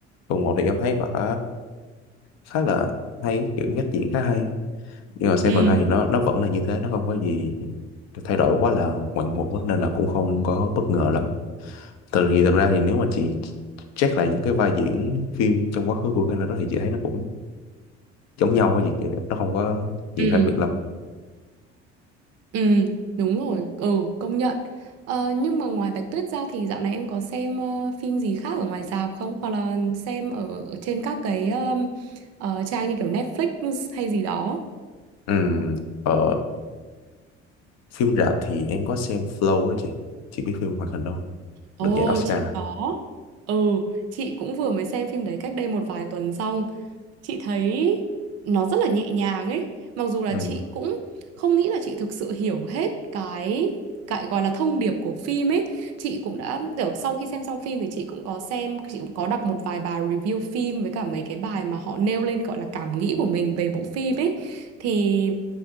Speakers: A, on the left (about 50°); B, on the right (about 50°).
A: phần một thì em thấy vở khá là hay kiểu cách diễn khá hay nhưng mà xem
B: Ừ,
A: phần hai thì nó nó vẫn là như thế nó không có gì thay đổi quá là ngoạn mục á, nên là cũng không có bất ngờ lắm từ thì thật ra thì nếu mà chị check lại những cái vai diễn phim trong quá khứ của Canada đó thì chị thấy nó cũng giống nhau á, gì kìa nó không có nhiều
B: ừ,
A: khác biệt lắm
B: ừ, đúng rồi. Ừ, công nhận. Ờ, nhưng mà ngoài Bạch Tuyết ra thì dạo này em có xem ờ, phim gì khác ở ngoài rạp không? Hoặc là xem ở, ở trên các cái um, ờ, trang như kiểu Netflix hay gì đó.
A: Ừm, ờ, phim rạp thì em có xem Flow á chị chị biết phim hoạt hình đó không
B: Ồ,
A: được giải Oscar
B: chị có. Ừ, chị cũng vừa mới xem phim đấy cách đây một vài tuần xong. Chị thấy nó rất là nhẹ nhàng ấy. Mặc dù là
A: ừ
B: chị cũng không nghĩ là chị thực sự hiểu hết cái cái gọi là thông điệp của phim ấy. Chị cũng đã kiểu sau khi xem xong phim thì chị cũng có xem, chị cũng có đọc một vài bài review phim với cả mấy cái bài mà họ nêu lên gọi là cảm nghĩ của mình về bộ phim ấy. Thì